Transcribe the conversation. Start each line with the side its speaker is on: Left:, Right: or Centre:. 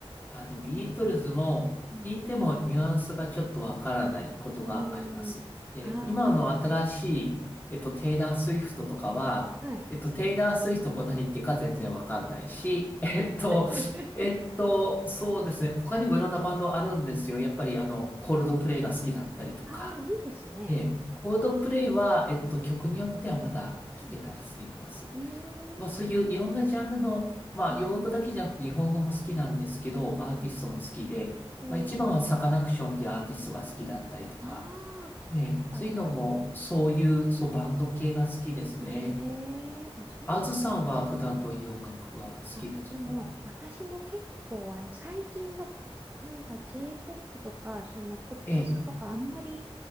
Left: あ、でもビートルズも聞いてもニュアンスがちょっとわからないことがあります。
Right: うん。うーん、
Left: で、
Right: あ
Left: 今の新しい、えっと、テイラー・スウィフトとかは、
Right: あ、はい。
Left: えっと、テイラー・スウィフトも何言ってるか全然わかんないし、<laughs> えっと、
Right: <laughs>
Left: えっと、そうですね、他にもいろんなバンドあるんですよ。やっぱりあの、
Right: うんうん。
Left: コールドプレイが好きだったりとか。
Right: <laughs> ああ、いいですね。
Left: で、コールドプレイは、えっと、曲によってはまだ聞けたりしています。
Right: うん。うーん。
Left: まあそういういろんなジャンルの、まあ洋楽だけじゃなくて日本語も好きなんですけど、
Right: うん。うん
Left: アーティストも好きで、
Right: えー、
Left: まあ一番はサカナクションっていうアーティストが好きだったりとか、
Right: ああ、聞いたことあります。
Left: ええ、そういうのもそういう、そうバンド系が好きですね。
Right: えー、あ、そう、
Left: あずさんは普段どういう音楽が好きですか
Right: ね。あ、でも、私も結構、あの、最近のポ、なんか J-POP とか、そのポップスとか、
Left: ええ、
Right: あんまり